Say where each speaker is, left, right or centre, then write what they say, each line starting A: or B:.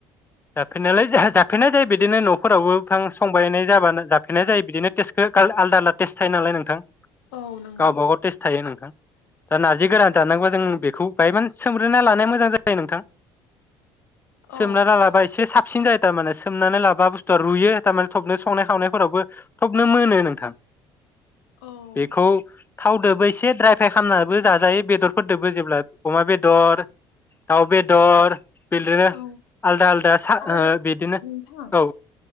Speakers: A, on the left; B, on the left.
A: जाफेरनायालाय जाफेरनाय जायो बिदिनो न'फोरावबो बिफां संबायनाय जाबा जाफेरनाय जायो बिदिनो टेस्टखौ आलदा आलदा टेस थायो नालाय नोंथां
B: औ नंगौ
A: गावबागाव टेस्ट थायो नोंथां दा नार्जि गोरान जानांगौबा जों बेखौ बाहाय मान सोमग्रोना लानाया मोजां जायो नोंथां सोमना
B: औ
A: रालाबा एसे साबसिन जायो थारमाने सोमनानै लाबा बुस्थुआ रुयो थारमाने थबनो संनाय खावनायफोरावबो थबनो मोनो नोंथां
B: औ
A: बेखौ थावदोबो एसे ड्राय फ्राय खालामनानैबो जाजायो बेदरफोरजोंबो जेब्ला अमा बेदर दाउ बेदर बिदिनो
B: औ
A: आलदा आलदा सा
B: आरो
A: ओ बिदिनो
B: नोंथां
A: औ